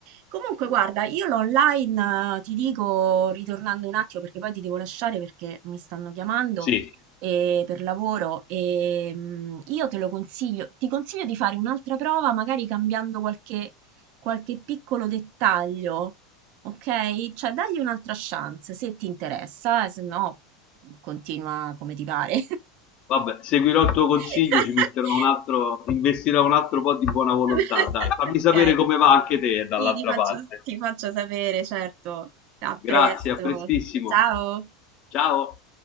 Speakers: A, on the right; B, on the left.
A: Comunque,
B: Eh,
A: guarda, io l'online, eh, ti dico, ritornando un attimo, perché poi ti devo lasciare perché mi stanno chiamando
B: Sì,
A: eh, per lavoro, e mm, io te lo consiglio, ti consiglio di fare un'altra prova, magari cambiando qualche, qualche piccolo dettaglio, ok? Cioè, dagli un'altra chance, se ti interessa, eh, se no, continua come ti pare.
B: vabbè, seguirò il tuo consiglio,
A: <laughs>
B: ci metterò un altro, investirò un altro po' di buona volontà,
A: <laughs>
B: dai, fammi
A: Ok.
B: sapere come va anche te dall'altra
A: Sì, ti faccio,
B: parte.
A: ti faccio sapere, certo. A
B: Grazie,
A: presto.
B: a prestissimo.
A: Ciao.
B: Ciao.